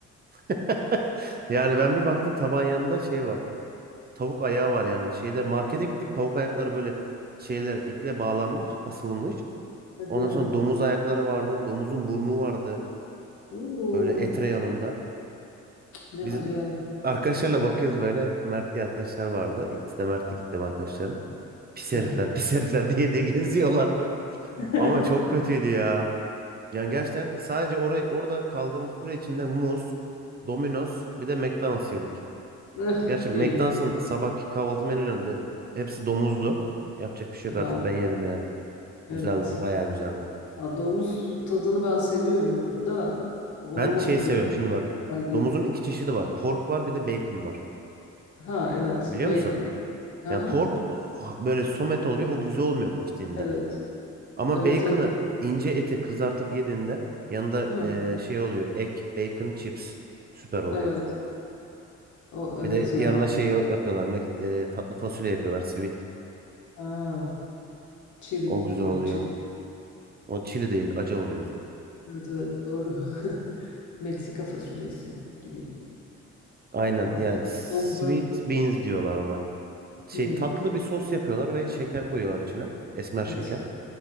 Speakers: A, on the right; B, on the left.
A: <laughs> Yani ben bir baktım taban yanında şey var. Tavuk ayağı var yani. Şeyde markete gittik tavuk ayakları böyle şeyler iple bağlanmış, asılmış.
B: Hadi
A: Ondan
B: ya.
A: sonra domuz ayakları vardı. Domuzun burnu vardı.
B: Oo,
A: Böyle et reyonunda.
B: ne
A: Biz
B: acayip.
A: arkadaşlarla bakıyoruz böyle. Mert diye arkadaşlar vardı. İkisi de Mert'ti gittim arkadaşların. Pis herifler,
B: Aha.
A: pis herifler <laughs> diye de geziyorlardı.
B: <laughs>
A: Ama çok kötüydü ya. Yani gerçekten sadece oraya, orada kaldığımız süre içinde muz, Domino's bir de McDonald's yedik.
B: <laughs>
A: Gerçi McDonald's'ın
B: İyi.
A: sabahki kahvaltı menülerinde hepsi domuzdu. Yapacak bir şey
B: Ha,
A: yok artık ben yedim yani. Güzeldi,
B: evet.
A: bayağı güzeldi.
B: Ya domuz tadını ben seviyorum da o
A: Ben şey seviyorum
B: götür
A: şimdi bak.
B: güzel değil.
A: Domuzun iki çeşidi var. Pork var bir de bacon var.
B: Ha evet.
A: Biliyor
B: Bacon.
A: musun?
B: Aha.
A: Yani pork böyle somet oluyor. O güzel olmuyor piştiğinde.
B: Evet.
A: Ama
B: Evet
A: bacon'ı
B: evet.
A: ince eti kızartıp yediğinde yanında
B: Ha
A: eee, şey oluyor. Ek, bacon, chips. Süper oluyor.
B: evet. O
A: Bir
B: evet
A: de
B: ya.
A: yanına şey yapıyorlar. Mac- eee, tatlı fasulye yapıyorlar. Sweet.
B: Ha, chili.
A: O güzel
B: Yok
A: oluyor.
B: chili.
A: O çili değil acı oluyor o zaman.
B: Evet evet doğru. <laughs> Meksika fasulyesi gibi.
A: Aynen
B: Vay.
A: yani sweet
B: Domuza.
A: beans diyorlar ona. Şey
B: Hmm,
A: tatlı bir sos yapıyorlar ve şeker koyuyorlar içine. Esmer şeker.
B: evet.